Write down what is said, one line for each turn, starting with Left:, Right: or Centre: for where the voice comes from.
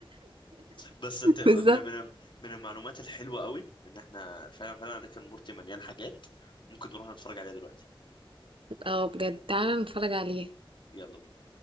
Left: بس انت من
Right: <laughs> بالظبط
Left: من من المعلومات الحلوه قوي ان احنا فعلا فعلا ريك اند مورتي مليان حاجات ممكن نروح نتفرج عليها دلوقتي
Right: اه بجد تعالى نتفرج عليه
Left: يلا بينا